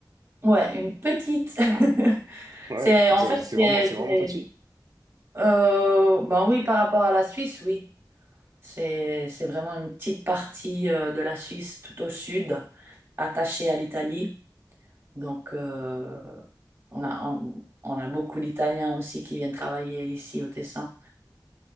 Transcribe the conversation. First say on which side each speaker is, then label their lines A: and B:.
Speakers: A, on the right (about 30°); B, on the right (about 50°).
A: ouais, une petite. <laughs>
B: Ouais,
A: C'est en
B: ça-
A: fait,
B: c'est vraiment,
A: c'est,
B: c'est vraiment
A: c'est-
B: petit.
A: euh, ben oui, par rapport à la Suisse, oui, c'est c'est vraiment une petite partie euh, de la Suisse tout au sud, attachée à l'Italie. Donc euh, on a on, on a beaucoup d'Italiens aussi qui viennent travailler ici au Tessin.